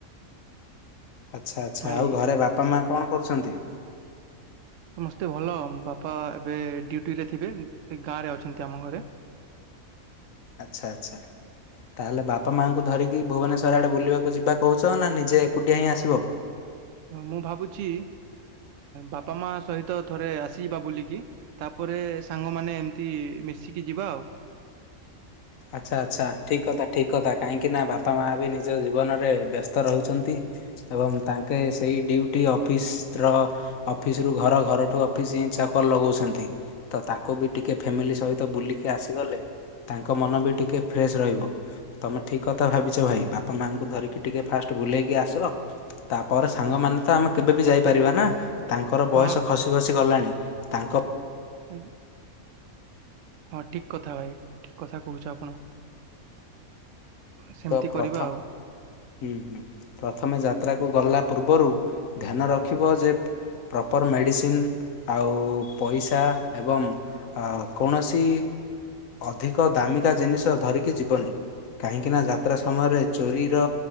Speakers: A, on the left; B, on the right.
A: ଆଚ୍ଛା ଆଚ୍ଛା
B: ଭାଇ
A: ଆଉ ଘରେ ବାପା ମା କଣ କରୁଛନ୍ତି?
B: ସମସ୍ତେ ଭଲ ବାପା ଏବେ ଡ୍ୟୁଟିରେ ଥିବେ ସେ ଗାଁରେ ଅଛନ୍ତି ଆମ ଘରେ।
A: ଆଚ୍ଛା ଆଚ୍ଛା। ତା ହେଲେ ବାପା ମାଆଙ୍କୁ ଧରିକି ଭୁବନେଶ୍ୱର ଆଡ଼େ ବୁଲିବାକୁ ଯିବା କହୁଛ ନା ନିଜେ ଏକୁଟିଆ ହିଁ ଆସିବ?
B: ମୁଁ ଭାବୁଛି ବାପା ମା ସହିତ ଥରେ ଆସିବା ବୁଲିକି। ତାପରେ ସାଙ୍ଗମାନେ ଏମିତି ମିଶିକି ଯିବା ଆଉ।
A: ଆଚ୍ଛା ଆଚ୍ଛା ଠିକ କଥା ଠିକ୍ କଥା କାହିଁକିନା ବାପା ମାଆ ବି ନିଜ ଜୀବନରେ ବ୍ୟସ୍ତ ରହୁଛନ୍ତି। ଏବଂ ତାଙ୍କେ ସେଇ ଡି୍ୟୁଟି ଅଫିସ୍ର ଅଫିସ ରୁ ଘର ଘରଠୁ ଅଫିସ ହିଁ ଚାକଲ ଲଗଉଛନ୍ତି। ତ ତାଙ୍କୁ ବି ଟିକେ ଫ୍ୟାମିଲି ସହିତ ବୁଲିକି ଆସିଗଲେ ତାଙ୍କ ମନ ବି ଟିକିଏ ଫ୍ରେଶ୍ ରହିବ। ତମେ ଠିକ କଥା ଭାବିଛ ଭାଇ ବାପା ମାଆଙ୍କୁ ଧରିକି ଟିକେ ଫାଷ୍ଟ ବୁଲେଇକି ଆସ। ତାପରେ ସାଙ୍ଗମାନେ ତ ଆମେ କେବେ ବି ଯାଇପାରିବା ନା ତାଙ୍କର
B: ହଁ
A: ବୟସ
B: ହଁ
A: ଖସି ଖସି ଗଲାଣି ତାଙ୍କ
B: ଆ୍ଞା। ହଁ ଠିକ କଥା ଭାଇ ଠିକ କଥା କହୁଛ ଆପଣ। ସେମିତି
A: ତ ପ୍ରଥମ୍
B: କରିବା ଆଉ
A: ହୁ ହୁ ପ୍ରଥମେ ଯାତ୍ରାକୁ ଗଲା ପୂର୍ବରୁ ଧ୍ୟାନ ରଖିବ ଯେ ପ୍ରପର୍ ମେଡ଼ିସିନ୍ ଆଉ ପଇସା ଏବଂ ଆ କୌଣସି ଅଧିକ ଦାମିକା ଜିନିଷ ଧରିକି ଯିବନି। କାହିଁକି ନା ଯାତ୍ରା ସମୟରେ ଚୋରିର